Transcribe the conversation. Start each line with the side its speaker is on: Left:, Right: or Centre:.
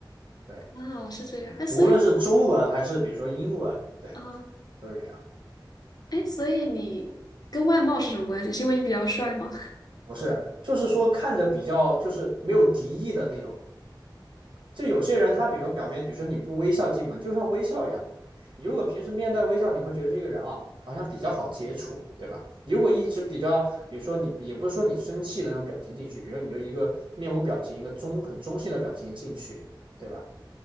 Right: 对。
Left: 啊，是这样。哎，所以啊，
Right: 无论是中文还是比如说英文，对，
Left: 嗯
Right: 都是这样。
Left: 哎，所以你跟外貌是什么关系？是因为你比较帅吗？
Right: 不是，就是说看着比较就是没有敌意的那种。就有些人他比如说表面，比如说你不微笑进门，就像微笑一样嘛。你如果平时面带微笑，你会觉得这个人啊好像比较好接触，对吧？如果一直比较，比如说你也不是说你生气的那种表情进去，比如说你就一个面无表情，一个中很中性的表情进去，对吧？